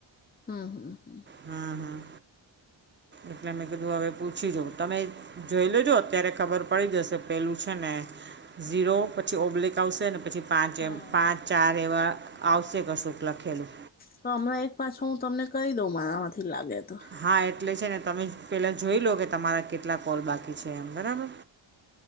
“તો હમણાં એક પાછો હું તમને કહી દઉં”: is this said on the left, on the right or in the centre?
Left